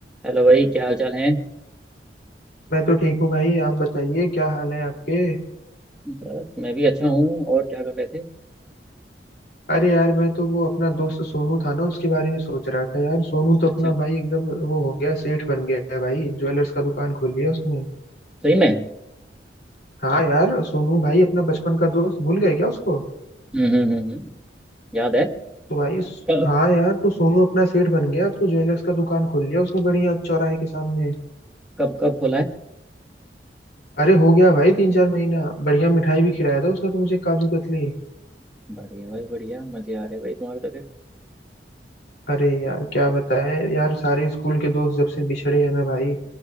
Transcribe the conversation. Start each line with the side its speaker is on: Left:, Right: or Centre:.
Centre: हेलो भाई क्या हाल चाल है
Left: मैं तो ठीक हूँ भाई आप बताइए क्या हाल है आपके
Centre: बस मैं भी अच्छा हूँ और क्या कर रहे थे
Left: अरे यार मैं तो वो अपना दोस्त सोनू था ना उसके बारे में सोच रहा था यार सोनू तो
Centre: अच्छा
Left: अपना भाई एकदम वो हो गया सेठ बन गया है भाई ज्वेलर्स का दुकान खोल लिया उसने
Centre: सही में
Left: हाँ यार सोनू भाई अपना बचपन का दोस्त भूल गए क्या उसको
Centre: हम्म हम्म हम्म हम्म, याद है
Left: तो भाई स-
Centre: कब
Left: हाँ यार तो सोनू अपना सेठ बन गया अब तो ज्वेलर्स का दुकान खोल लिया उसने बढ़िया चौराहे के सामने
Centre: कब कब खोला है
Left: अरे हो गया भाई तीन चार महीना बढ़िया मिठाई भी खिलाया था उसने तो मुझे काजू कतली
Centre: बढ़िया भाई बढ़िया मजे आ रहे भाई तुम्हारे तो फिर
Left: अरे यार क्या बताएं यार सारे स्कूल के दोस्त जब से बिछड़े हैं ना भाई